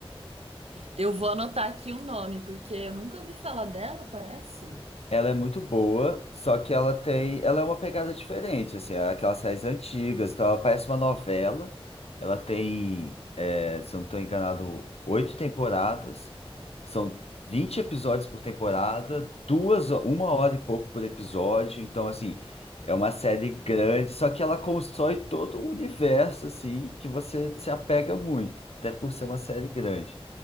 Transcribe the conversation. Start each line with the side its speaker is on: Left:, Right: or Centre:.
Right: Eu vou anotar aqui o nome, porque eu nunca ouvi falar dela, parece.
Left: Ela é muito boa, só que ela tem, ela é uma pegada diferente, assim, é aquelas séries antigas, então ela parece uma novela. Ela tem, é, se eu não estou enganado, oito temporadas, são 20 episódios por temporada, duas, ho- uma hora e pouco por episódio, então assim, é uma série grande, só que ela constrói todo um universo assim que você se apega muito, até por ser uma série grande.